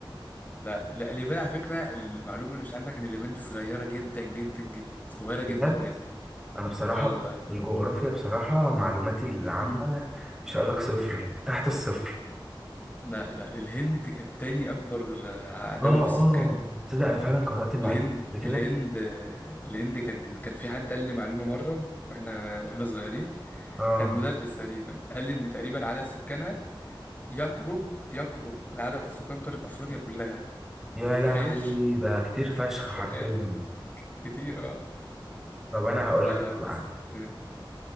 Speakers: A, on the left; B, in the centre.
A: لا لا اليابان على فكرة المعلومة اللي مش عندك إن اليابان دي صغيرة جدا جدا جدا صغيرة جدا
B: بجد
A: بجد
B: انا بصراحه
A: أه
B: في
A: والله
B: الجغرافيا بصراحه معلوماتي العامه
A: مم.
B: مش هقول لك صفر تحت الصفر
A: لا لا الهند كانت تاني أكبر آه، دولة
B: اه
A: في
B: اه
A: السكان
B: تصدق انا فعلا قرات المعلومه
A: الهند
B: قبل كده
A: الهند الهند كان كان في حد قال لي معلومة مرة واحنا واحنا صغيرين
B: اه
A: كان مدرس تقريبا قال لي ان تقريبا عدد سكانها يقرب يقرب لعدد سكان قارة افريقيا كلها
B: يا لهوي
A: تخيل
B: ده كتير فشخ
A: <laughs>
B: حرفيا
A: تخيل كتير اه
B: طب انا هقول
A: ف
B: لك انا بقى
A: ف كتير.